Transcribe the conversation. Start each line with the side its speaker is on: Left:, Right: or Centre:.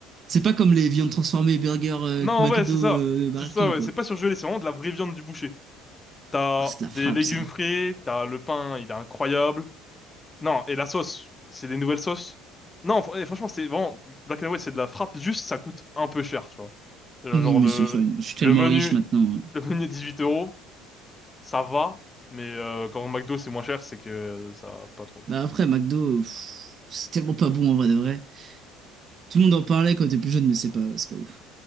Right: C'est pas comme les viandes transformées burger euh,
Left: Non,
Right: McDo
Left: ouais, c'est ça.
Right: euh, Burger
Left: C'est ça,
Right: King,
Left: ouais.
Right: quoi.
Left: C'est pas surgelé, c'est vraiment de la vraie viande du boucher. T'as
Right: Ah, c'est de
Left: des
Right: la frappe,
Left: légumes
Right: ça.
Left: frais, t'as le pain, il est incroyable. Non, et la sauce, c'est des nouvelles sauces. Non, fr- eh, franchement, c'est vraiment Black and White, c'est de la frappe. Juste, ça coûte un peu cher, tu vois. Euh,
Right: Oui,
Left: Genre
Right: mais
Left: le
Right: c'est fun. Je suis tellement
Left: le menu,
Right: riche maintenant. hein.
Left: le menu est 18 euros, ça va. Mais euh, quand au McDo c'est moins cher, c'est que ça va pas trop.
Right: Bah après, McDo, pff, c'est tellement pas bon en vrai de vrai. Tout le monde en parlait quand t'es plus jeune, mais c'est pas, c'est pas ouf.